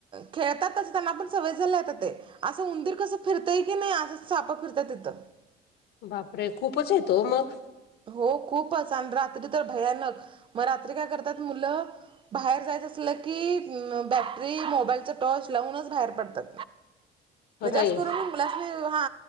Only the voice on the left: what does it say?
बापरे खूपच हेत ओ मग.
खरंय